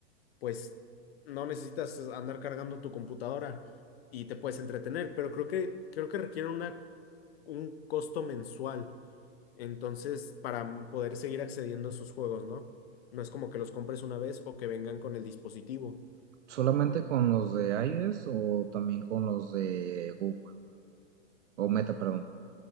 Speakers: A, on the left; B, on the right.
A: pues, no necesitas andar cargando tu computadora y te puedes entretener, pero creo que, creo que requiere una, un costo mensual. Entonces, para poder seguir accediendo a sus juegos, ¿no? No es como que los compres una vez o que vengan con el dispositivo.
B: ¿Solamente con los de Aides o también con los de Google o Meta, perdón?